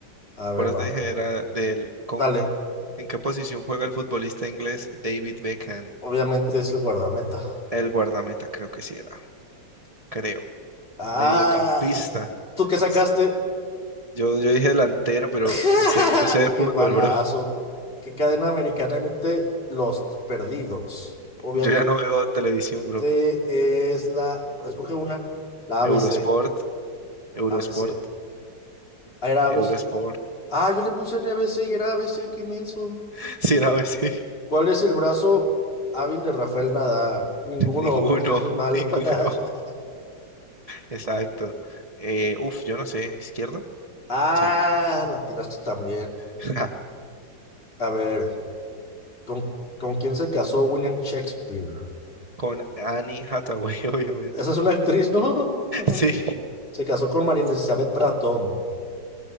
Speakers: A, on the left; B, on the right.
A: A ver,
B: Por eso
A: va.
B: te dije, era del Congo.
A: Dale,
B: ¿En qué posición juega el futbolista inglés David Beckham?
A: obviamente es el guardameta.
B: El guardameta, creo que sí era. Creo.
A: Ah,
B: Mediocampista.
A: ¿tú qué sacaste?
B: S- Yo, yo dije delantero, pero
A: <laughs>
B: no sé, yo no sé de fútbol,
A: ¡Qué balazo!
B: bro. <laughs>
A: ¿Qué cadena americana emite Los Perdidos? Obviamente
B: Yo ya no veo televisión, bro.
A: es la... Escoge una. La ABC.
B: Eurosport, Eurosport,
A: ABC. Air Aves.
B: Eurosport.
A: Ah, yo le puse N B C y era A B C, qué menso.
B: <laughs> Sí, no, sí.
A: ¿Cuál es el brazo hábil de Rafael Nadal? Ninguno,
B: <laughs> Ninguno,
A: porque es bien malo.
B: ninguno.
A: <laughs>
B: Exacto. Eh, uf, yo no sé, ¿izquierdo?
A: Ah,
B: Sí.
A: la tiraste también.
B: <laughs>
A: A ver, ¿con, con quién se casó William Shakespeare?
B: Con Annie Hathaway, <laughs> obviamente.
A: Esa es una actriz, ¿no? <laughs>
B: Sí.
A: Se casó con María Elizabeth Bratton.